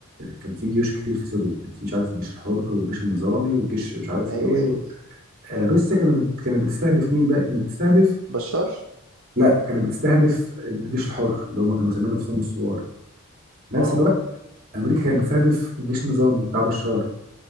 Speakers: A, on the right (about 45°); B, on the right (about 75°).
A: كان في جيوش كتير في سوريا كان في مش عارف الجيش الحر والجيش النظامي والجيش مش عارف
B: ايوه
A: ايه
B: ايوه
A: و... آه، روسيا كانت بت- كانت بتستهدف مين بقى كانت بتستهدف
B: بشار
A: لا كانت بتستهدف الجيش الحر اللي هم كانوا مسميين نفسهم الثوار في نفس
B: اه
A: الوقت امريكا كانت بتستهدف جيش نظامي بتاع بشار